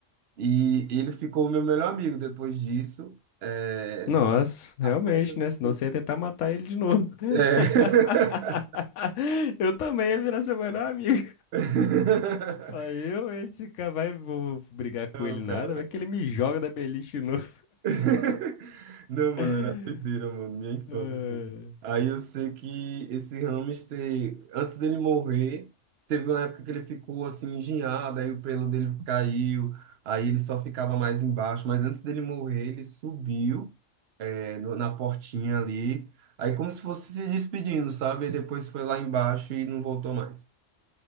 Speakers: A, on the right (about 65°); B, on the left (about 75°).
A: e ele ficou o meu melhor amigo depois disso. É,
B: Nossa, realmente,
A: a ponta, assim,
B: né? Senão você ia tentar matar ele de novo. <laughs>
A: é.
B: Eu também ia virar seu melhor amigo.
A: <laughs>
B: Aí eu, esse cara, vai, vou brigar com
A: Não,
B: ele nada,
A: cara.
B: vai que ele me joga da beliche de novo.
A: <laughs> Não, mano,
B: <laughs>
A: era doideira, mano, minha infância,
B: Ah.
A: assim. Aí eu sei que esse hamster, antes dele morrer, teve uma época que ele ficou assim engenhado, aí o pelo dele caiu, aí ele só ficava mais embaixo, mas antes dele morrer, ele subiu, é, no- na portinha ali, aí como se fosse se despedindo, sabe? E depois foi lá embaixo e não voltou mais.